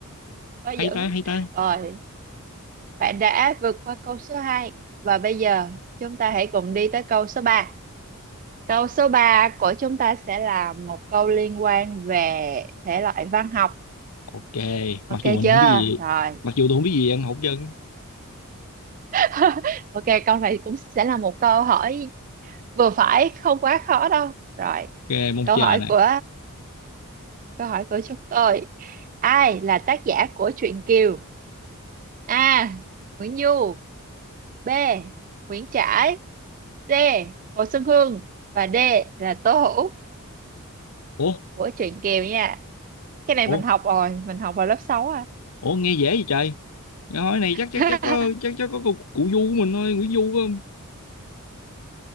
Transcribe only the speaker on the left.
Hay ta, hay ta.
Ok,
mặc dù mình
không biết gì,
mặc dù tôi không biết gì ăn hột chân.
Ok, mong
chờ
nè.
Ủa,
ủa,
ủa nghe dễ vậy trời. Cái hỏi này
chắc chắc chắc có chắc chắc có cụ, cụ Du của mình thôi, Nguyễn Du phải không?